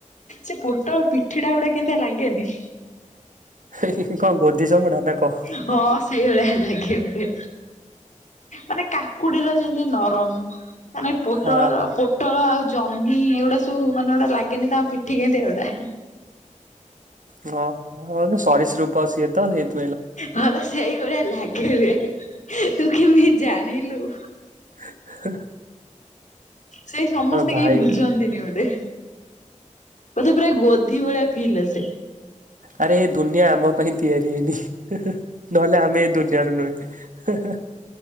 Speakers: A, on the left; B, on the right.
A: ସେ ପୋଟଳ ପିଠିଟା ଗୋଟେ କେମିତାଆ ଲାଗେନି?
B: ହି ହି କଣ ଗୋଧି ଚମଡ଼ା ନା କଣ?
A: ହଁ ସେଇଭଳିଆ ଲାଗେ ଗୋଟେ। ମାନେ କାକୁଡିର ଯେମତି ନରମ। ମାନେ ପୋଟଳର
B: ହଁ
A: ପୋ ପୋଟଳ ଆଉ ଜହ୍ନି ଏଗୁଡା ସବୁ ମାନେ ଗୋଟେ ଲାଗେନି ତାଙ୍କ ପିଠି କେମିତି କା ଗୋଟା।
B: ଗ ହ ସରୀସୃପ ସିଏ ତ ସେଇଥି
A: ମୋତେ ସେଇ ଭଳିଆ ଲାଗେ ବେ ତୁ କେମିତି ଜାଣିଲୁ?
B: ହା ହା।
A: ସେଇ ସମସ୍ତେ
B: ଭାଇ
A: କେଇ ବୁଝନ୍ତିନି ଗୋଟେ। ମତେ ପୁରା ଗୋଧି ଭଳିଆ ଫିଲ ଆସେ।
B: ଆରେ ଏ ଦୁନିଆ ଆମ ପାଇଁ ତିଆରି ହେଇନି। ନହେଲେ ଆମେ ଏ ଦୁନିଆର ନୁହେଁ। ହେ ହେ।